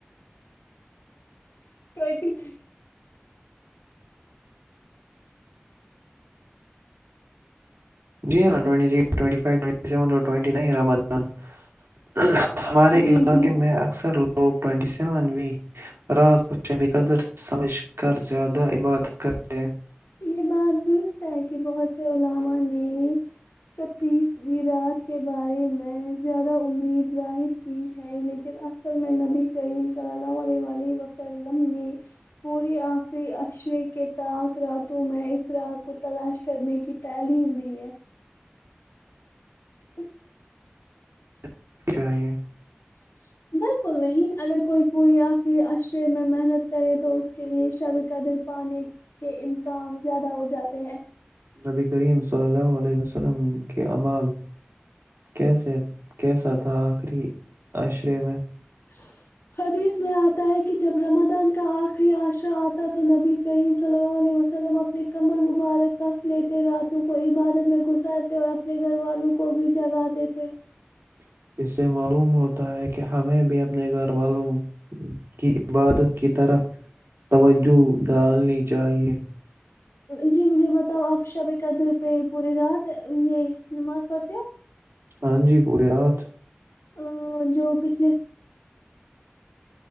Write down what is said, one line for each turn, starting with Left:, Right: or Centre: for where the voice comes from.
Left: <unintelligible>
Right: <unintelligible> <unintelligible>
Left: جی جی
Right: <unintelligible>
Left: <unintelligible> <unintelligible> <unintelligible> <unintelligible> <unintelligible> <inaudible>
Right: <inaudible>
Left: <unintelligible>
Right: <unintelligible>
Left: <unintelligible>
Right: <unintelligible>
Left: <unintelligible>
Right: <unintelligible>
Left: <inaudible>